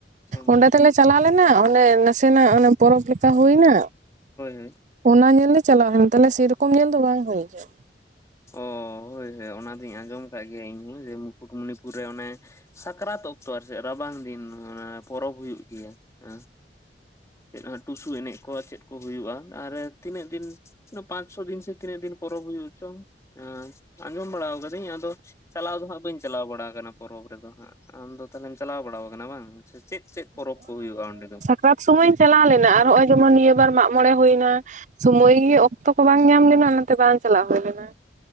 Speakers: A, on the left (about 15°); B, on the right (about 45°).
A: ᱦᱳᱭ
B: ᱚᱸᱰᱮ ᱛᱮᱞᱮ ᱪᱟᱞᱟᱣ ᱞᱮᱱᱟ ᱚᱱᱮ ᱱᱟᱥᱮᱱᱟᱜ ᱯᱚᱨᱚᱵᱽ ᱞᱮᱠᱟᱼᱼ ᱦᱩᱭ ᱮᱱᱟ
A: ᱦᱳᱭ
B: ᱚᱱᱟ ᱧᱮᱞ ᱞᱮ ᱪᱟᱞᱟᱜ <unintelligible> ᱛᱟᱦᱚᱞᱮ ᱥᱮ ᱨᱚᱠᱚᱢ ᱧᱮᱞ ᱫᱚ ᱵᱟᱝ ᱦᱩᱭ ᱞᱮᱱᱟ
A: ᱚ ᱦᱳᱭ ᱦᱳᱭ ᱚᱱᱟ ᱫᱩᱧ ᱟᱸᱡᱚᱢ ᱟᱠᱟᱫ ᱜᱮᱭᱟ ᱤᱧ ᱦᱚᱸ ᱡᱮ ᱢᱩᱠᱩᱴᱢᱚᱱᱤᱯᱩᱨ ᱨᱮ ᱚᱱᱮ ᱥᱟᱠᱨᱟᱛ ᱚᱠᱛᱚ ᱟᱨ ᱪᱮᱫ ᱨᱟᱵᱟᱝ ᱫᱤᱱ ᱚᱱᱟ ᱯᱚᱨᱚᱵᱽ ᱦᱩᱭᱩᱜ ᱜᱮᱭᱟ ᱦᱮᱸ ᱪᱮᱫ ᱦᱚᱸ ᱴᱩᱥᱩ ᱮᱱᱮᱡ ᱠᱚ ᱪᱮᱫ ᱠᱚ ᱦᱩᱭᱩᱜᱼᱟ ᱟᱨ ᱛᱤᱱᱟᱹᱜ ᱫᱤᱱ ᱚᱱᱟ ᱯᱟᱸᱪ ᱪᱷᱚᱭ ᱫᱤᱱ ᱥᱮ ᱛᱤᱱᱤ ᱫᱤᱱ ᱯᱚᱨᱚᱵ ᱦᱩᱭᱩᱜ ᱪᱚᱝ ᱟᱸᱡᱚᱢ ᱵᱟᱲᱟ ᱠᱟᱹᱫᱟᱹᱧ ᱟᱫᱚ ᱪᱟᱞᱟᱣ ᱫᱚ ᱦᱟᱸᱜ ᱵᱟᱹᱧ ᱪᱟᱞᱟᱣ ᱵᱟᱲᱟ ᱠᱟᱱᱟ ᱯᱚᱨᱚᱵᱽ ᱨᱮ ᱫᱚ ᱦᱟᱸᱜ ᱟᱢᱫᱚ ᱛᱟᱦᱚᱞᱮᱢ ᱪᱟᱞᱟᱣ ᱵᱟᱲᱟ ᱟᱠᱟᱱᱟ ᱵᱟᱝ ᱪᱮᱫ ᱪᱮᱫ ᱯᱚᱨᱚᱵᱽ ᱠᱚ ᱦᱩᱭᱩᱜᱼᱟ ᱚᱸᱰᱮ ᱫᱚᱼᱼ
B: ᱥᱟᱵ ᱥᱚᱢᱚᱭ ᱤᱧ ᱪᱟᱞᱟᱣ ᱞᱮᱱᱟ ᱟᱨ ᱱᱚᱜ-ᱚᱭ ᱡᱮᱢᱚᱱ ᱱᱤᱭᱟᱹ ᱵᱟᱨ ᱢᱟᱜᱼᱼ ᱢᱚᱬᱮ ᱦᱩᱭᱱᱟ ᱥᱚᱢᱚᱭ ᱜᱮ ᱚᱠᱛᱚ ᱠᱚ ᱵᱟᱝ ᱧᱟᱢ ᱞᱮᱱᱟ ᱚᱱᱟ ᱛᱮ ᱵᱟᱝ ᱪᱟᱞᱟᱣ ᱦᱩᱭ ᱞᱮᱱᱟ